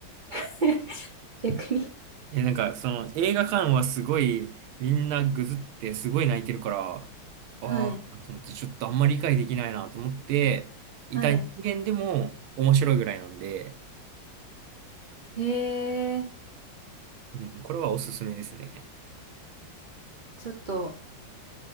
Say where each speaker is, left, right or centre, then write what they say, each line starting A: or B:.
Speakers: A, on the right; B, on the right.
A: <laughs> 逆に。
B: え、なんかその映画館はすごいみんなぐずってすごい泣いてるから、ああ、
A: はい。
B: と思ってちょっとあんまり理解できないなと思って、いた人間でも面白いぐらいなんで、
A: はい。へえ、
B: うん、これはおすすめですね。
A: ちょっと、